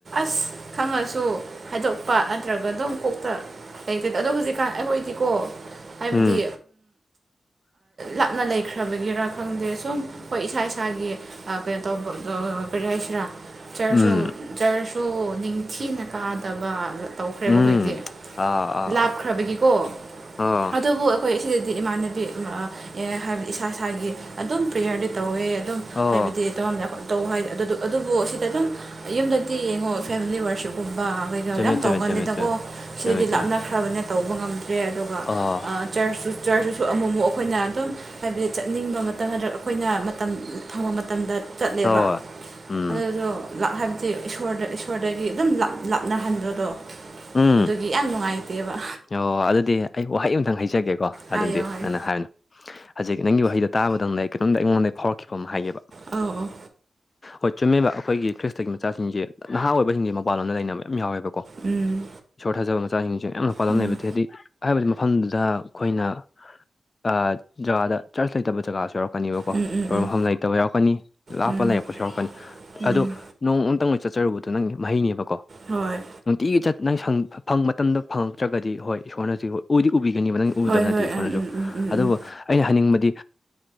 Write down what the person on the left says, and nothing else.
ꯎꯝ
ꯎꯝ
ꯎꯝ ꯑꯥ ꯑꯥ
ꯑꯥ ꯑꯥ
ꯑꯣ
ꯆꯨꯝꯃꯦ
ꯆꯨꯝꯃꯦ
ꯆꯨꯝꯃꯦ ꯆꯨꯝꯃꯦ
ꯆꯨꯝꯃꯦ ꯆꯨꯝꯃꯦ
ꯑꯣ
ꯍꯣꯏ ꯎꯝ
ꯎꯝ
ꯑꯣ ꯑꯗꯨꯗꯤ ꯑꯩ ꯋꯥꯍꯩ ꯑꯝꯇꯪ ꯍꯩꯖꯒꯦꯀꯣ
ꯑꯗꯨꯗꯤ
ꯅꯪꯟꯅ ꯍꯥꯏꯕꯅꯨ ꯍꯧꯖꯤꯛ ꯅꯪꯒꯤ ꯋꯥꯍꯩꯗ ꯇꯥꯕꯗꯪꯅ ꯑꯩ ꯀꯩꯅꯇꯣꯝꯇ ꯑꯩꯉꯣꯟꯗ ꯐꯥꯎꯔꯛꯈꯤꯕ ꯑꯃ ꯍꯥꯏꯒꯦꯕ
ꯍꯣꯏ ꯆꯨꯝꯃꯦꯕ ꯑꯩꯈꯣꯏꯒꯤ ꯈ꯭ꯔꯤꯁꯇꯒꯤ ꯃꯆꯥꯁꯤꯡꯁꯦ ꯅꯍꯥ ꯑꯣꯏꯕꯁꯤꯡꯁꯦ ꯃꯄꯥꯟ ꯂꯗ ꯂꯩꯅꯕ ꯌꯥꯝ ꯌꯥꯎꯋꯦꯕꯀꯣ
ꯁꯣꯔꯠꯊꯥꯖꯕ ꯃꯆꯥꯁꯤꯡꯁꯨꯦ ꯌꯥꯝꯅ ꯄꯥꯜꯂꯝ
ꯂꯩꯕ ꯍꯥꯏꯗꯤ ꯍꯥꯏꯕꯗꯤ ꯃꯐꯝꯗꯨꯗ ꯑꯩꯈꯣꯏꯅ ꯑ ꯖꯒꯥꯗ ꯆꯔꯆ ꯂꯩꯇꯕ ꯖꯒꯥꯁꯨ ꯌꯥꯎꯔꯛꯀꯅꯦꯕꯀꯣ
ꯁꯣꯟ ꯃꯐꯝ ꯂꯩꯇ ꯐꯠꯇꯕ ꯌꯥꯎꯔꯛꯀꯅꯤ ꯂꯥꯞꯄ
ꯂꯩꯔꯛꯄꯁꯨ ꯌꯥꯎꯔꯛꯀꯅꯤ
ꯑꯗꯣ ꯅꯣꯡ ꯑꯃꯨꯇꯪ ꯂꯣꯏ ꯆꯠꯆꯔꯨꯕꯗꯣ ꯅꯪꯒꯤ ꯃꯍꯩꯅꯦꯕꯀꯣ
ꯅꯨꯡꯇꯤꯒꯤ ꯆꯠ ꯅꯪ ꯁ ꯐꯪ ꯃꯇꯝꯗ ꯐꯪꯉꯛꯇ꯭ꯔꯒꯗꯤ ꯍꯣꯏ ꯏꯁꯣꯔꯅꯖꯤ ꯍ ꯑꯣꯏꯗꯤ ꯎꯕꯤꯒꯅꯤꯕ ꯅꯪ <unintelligible> ꯎꯗꯕ
ꯅꯠꯇꯦꯕ
ꯏꯁꯣꯔꯅꯁꯨ
ꯑꯗꯨꯕꯨ ꯑꯩꯅ ꯍꯥꯏꯅꯤꯡꯕꯗꯤ